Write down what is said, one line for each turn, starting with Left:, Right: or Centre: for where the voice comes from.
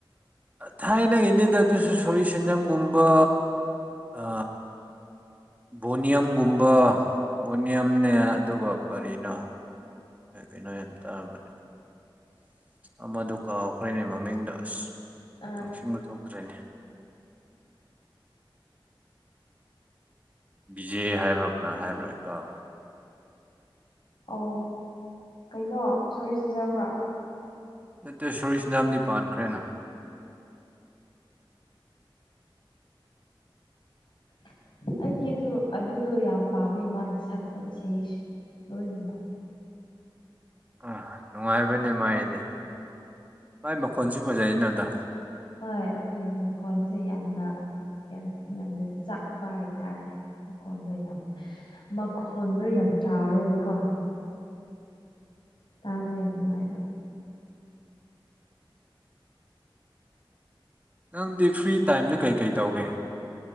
Right: ꯊꯥꯏꯅ ꯏꯅꯦꯗ ꯑꯗꯨꯁꯨ ꯁꯣꯔꯤ ꯁꯦꯟꯖꯝꯒꯨꯝꯕ ꯑ ꯕꯣꯅꯤꯌꯝꯒꯨꯝꯕ ꯕꯣꯅꯤꯌꯝꯅꯦ ꯑꯗꯨꯒ ꯀꯔꯤꯅꯣ ꯩꯅꯣ ꯌꯥꯝ ꯇꯔꯅꯦ ꯑꯃꯗꯨ ꯀꯥꯎꯈ꯭ꯔꯅꯦ ꯃꯃꯤꯡꯗ ꯑꯁ
Left: ꯑꯥ
Right: ꯅꯤꯡꯁꯤꯡꯕ ꯊꯣꯛꯇ꯭ꯔꯦꯅꯦ ꯕꯤꯖꯦ ꯍꯥꯏꯕ꯭ꯔꯥ ꯀꯅ ꯍꯥꯏꯕ꯭ꯔꯥ ꯑꯩ ꯀꯥꯎ
Left: ꯑꯣ ꯀꯩꯅꯣ ꯁꯣꯏ ꯁꯤꯟꯖꯕ꯭ꯔ
Right: ꯅꯠꯇ꯭ꯔꯦ ꯁꯣꯔꯤꯁ ꯌꯥꯝꯗꯤ ꯄꯥꯟꯈ꯭ꯔꯦꯅ
Left: <inaudible> ꯑꯩꯗꯤ ꯑꯗꯨ ꯑꯗꯨꯗꯣ ꯌꯥꯝ ꯄꯥꯝꯃꯦ ꯃꯥꯅ ꯁꯛꯄ ꯏꯁꯩ ꯂꯣꯏꯅꯃꯛ
Right: ꯎ ꯅꯨꯡꯉꯥꯏꯕꯅꯦ ꯃꯥꯥꯏꯗꯤ ꯚꯥꯏ ꯃꯈꯣꯟꯁꯨ ꯐꯖꯔꯤꯅ ꯑꯗ
Left: ꯍꯣꯏ ꯍꯣꯏ ꯃꯈꯣꯟꯁꯦ ꯌꯥꯝꯅ ꯌꯥꯝ ꯌꯥꯝꯅ ꯆꯥꯛꯄ ꯍꯥꯏꯇꯥꯔꯦ ꯃꯈꯣꯟꯗꯣ ꯌꯥꯝ ꯃꯈꯣꯟꯗꯣ ꯌꯥꯝ ꯆꯥꯔꯕꯀꯣ ꯇꯥꯕ ꯌꯥꯝ ꯅꯨꯡꯉꯥꯏꯕ
Right: ꯅꯪꯗꯤ ꯐ꯭ꯔꯤ ꯇꯥꯏꯝꯗ ꯀꯩꯀꯩ ꯇꯧꯒꯦ